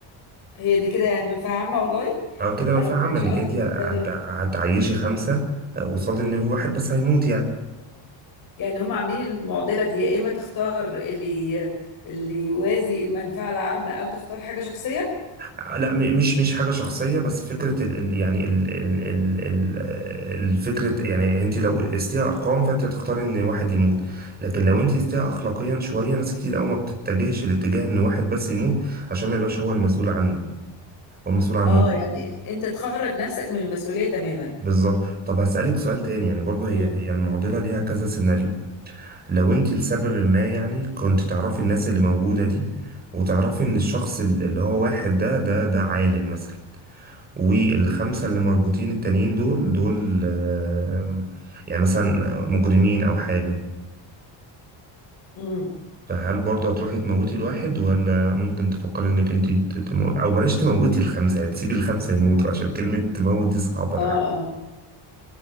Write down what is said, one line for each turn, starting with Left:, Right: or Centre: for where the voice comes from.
Left: هي دي كده يعني منفعة عامة والله
Right: او كده منفعه
Left: انا ما
Right: عامه
Left: كانش
Right: انك
Left: قصدي
Right: انت هت-
Left: بس تمام
Right: هتعيشي خمسه آه، قصاد ان في واحد بس هيموت يعني
Left: يعني هم عاملين المعضلة دي يا إما تختار اللي اللي يوازي المنفعة العامة أو تختار حاجة شخصية
Right: آه، لا م- مش مش حاجه شخصيه بس فكره ال ال- يعني ال ال ال ال- آه، الفكره يعني انت لو قستيها ارقام فانت هتختاري ان واحد يموت لكن لو انت قستيها اخلاقيا شويه ناس كتير قوي ما بتتجهش الاتجاه ان واحد بس يموت عشان ما يبقاش هو المسؤول عنه هو المسؤول عن
Left: اه
Right: موته
Left: يعني أنت تخرج نفسك من المسؤولية تماما
Right: بالظبط طب هسألك سؤال تاني يعني برضه
Left: مم.
Right: هي هي المعضلة ليها كذا سيناريو لو انت لسبب ما يعني كنت تعرفي الناس اللي موجودة دي وتعرفي ان الشخص ال- اللي هو واحد ده ده ده عالم مثلا والخمسة اللي مربوطين التانيين دول دول آم، يعني مثلا مجرمين او حاجة
Left: مم.
Right: فهل برضه هتروحي تموتي الواحد ولا ممكن تفكري انك انت تمو... او بلاش تموتي الخمسة يعني تسيبي الخمسة يموتوا عشان كلمة تموت دي صعبة انا
Left: آه,
Right: عارف
Left: آه